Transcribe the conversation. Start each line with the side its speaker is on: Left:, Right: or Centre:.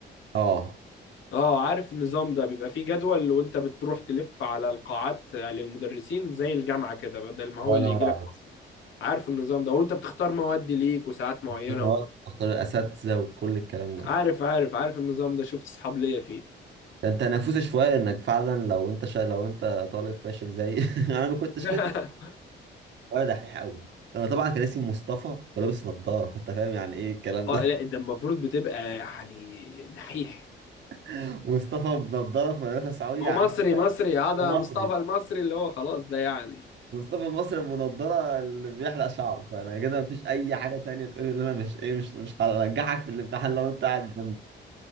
Right: اه
Left: اه عارف النظام ده بيبقى فيه جدول وانت بتروح تلف على القاعات للمدرسين زي الجامعة كده بدل ما
Right: الله
Left: هو اللي
Right: ينور
Left: يجي
Right: عليك
Left: لك اصلا عارف النظام ده وانت بتختار مواد ليك وساعات معينة
Right: إن هو تختار الاساتذه وكل الكلام ده
Left: عارف عارف عارف النظام ده شفت اصحاب ليا فيه
Right: كان تنافسي شويه انك فعلا لو انت شا... لو انت طالب فاشل زي <laughs> انا ما كنتش
Left: <laughs>
Right: فاشل ولا دحيح قوي انا طبعا كان اسمي مصطفى ولابس نظاره فانت فاهم يعني ايه الكلام
Left: اه
Right: ده
Left: لا ده المفروض بتبقى يعني دحيح
Right: <laughs> مصطفى بنظاره في مدرسه سعودي يعني
Left: هو مصري مصري هذا
Right: مصري
Left: مصطفى المصري اللي هو خلاص ده يعني
Right: مصطفى مصر بنضارة اللي بيحلق شعره فانا كده مفيش اي حاجه تانية تقولي ان انا مش ايه مش مش هنجحك في الامتحان لو انت قاعد جنبي